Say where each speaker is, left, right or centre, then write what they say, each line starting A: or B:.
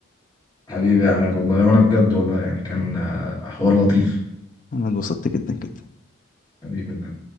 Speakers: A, on the left; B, on the left.
A: حبيبي يا أحمد والله وأنا بجد والله يعني كان آه، حوار لطيف
B: أنا اتبسطت جدا جدا
A: حبيبي